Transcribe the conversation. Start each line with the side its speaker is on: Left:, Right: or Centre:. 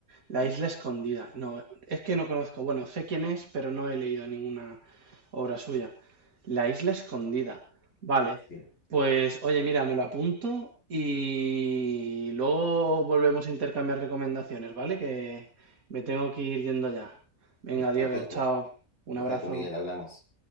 Right: La isla escondida. No, es que no conozco. Bueno, sé quién es, pero no he leído ninguna obra suya. La isla escondida. Vale.
Left: Sí,
Right: Pues, oye, mira, me lo apunto y luego volvemos a intercambiar recomendaciones, ¿vale? Que me tengo que ir yendo ya. Venga,
Left: per-
Right: Diego,
Left: perfecto,
Right: chao. Un
Left: perfecto,
Right: abrazo.
Left: Miguel, hablamos.